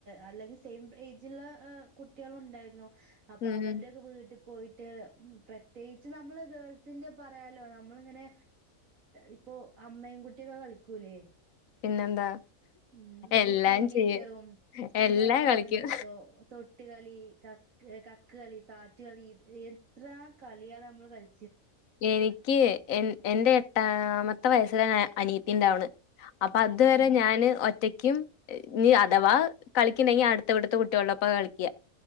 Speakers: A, on the right; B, on the left.
A: അല്ലെങ്കിൽ സെയിം ഏജുള്ള കുട്ടികള് ഉണ്ടായിരുന്നു അപ്പൊ
B: ഉം
A: അവരുടെയൊക്കെ വീട്ടിൽ പോയിട്ട് പ്രത്യേകിച്ച് നമ്മള് ഗേൾസി ന്റെ പറയായാലോ നമ്മളിങ്ങനെ ഇപ്പൊ അമ്മയും കുട്ടിയൊക്കെ കളിക്കൂലേ
B: പിന്നെന്താ
A: ഉം
B: എല്ലാം
A: കുട്ടിയും ടീച്ചറും
B: ചെയ്യും
A: പിന്നെ
B: എല്ലാം കളിക്കും
A: എന്താപ്പോ തൊ ട്ട് കളി കക്ക് കക്ക് കളി സാറ്റ് കളി എത്ര കളിയാണ് നമ്മള് കളി
B: എനിക്ക് എ എന്റെ എട്ടാമത്തെ വയസ്സിലാ അനിയത്തി ഉണ്ടാവണേ അപ്പൊ അതുവരെ
A: ആഹ്
B: ഞാന് ഒറ്റ ക്കും ഇനി അഥവാ കളിക്കന്നുണ്ടെങ്കി അടുത്ത വീട്ടിൽത്തെ കുട്ടികളുടൊപ്പമാ കളിക്കുക